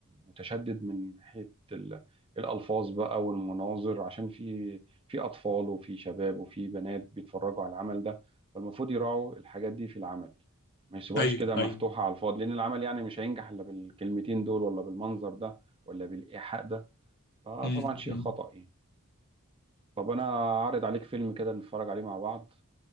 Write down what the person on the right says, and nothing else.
متشدد من ناحية ال- الألفاظ بقى والمناظر عشان في في أطفال وفي شباب وفي بنات بيتفرجوا على العمل ده فالمفروض يراعوا الحاجات دي في العمل ما يسيبوهاش
كده مفتوحة
على الفاضي لأن العمل يعني مش هينجح إلا بالكلمتين دول ولا بالمنظر ده ولا بالإيحاء ده فطبعا
شيء
خطأ يعني طب انا عارض عليك فيلم كده نتفرج عليه مع بعض